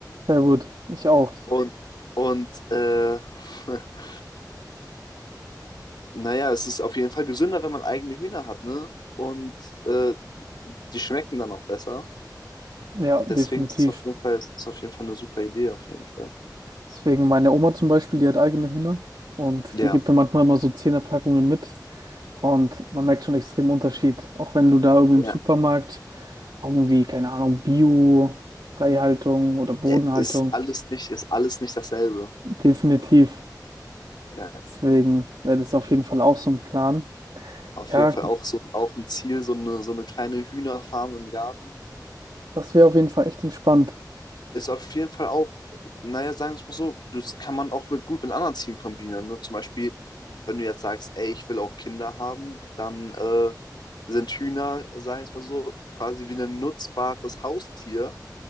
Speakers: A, on the right; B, on the left.
A: sehr gut, ich auch.
B: Und, und äh, <laughs> naja, es ist auf jeden Fall gesünder, wenn man eigene Hühner hat, ne? Und äh, die schmecken dann auch besser.
A: Ja,
B: Und
A: definitiv.
B: deswegen ist es auf jeden Fall, ist es auf jeden Fall eine super Idee, auf jeden Fall.
A: Deswegen meine Oma zum Beispiel, die hat eigene Hühner und
B: Ja,
A: die gibt mir manchmal immer so Zehnerpackungen mit. Und man merkt schon extrem Unterschied. Auch wenn du da irgendwie im
B: ja.
A: Supermarkt irgendwie, keine Ahnung, Bio, Freihaltung oder Bodenhaltung
B: Äh, Ist alles nicht, ist alles nicht dasselbe.
A: Definitiv.
B: Ja.
A: Deswegen wäre das auf jeden Fall auch so ein Plan.
B: Auf
A: Ja,
B: jeden Fall auch so auch ein Ziel, so eine, so eine kleine Hühnerfarm im Garten.
A: das wäre auf jeden Fall echt entspannt.
B: ist auf jeden Fall auch, naja, sagen wir es mal so, das kann man auch mit, gut mit anderen Zielen kombinieren. Ne? Zum Beispiel, wenn du jetzt sagst, ey, ich will auch Kinder haben, dann äh, sind Hühner, sagen wir es mal so, quasi wie ein nutzbares Haustier,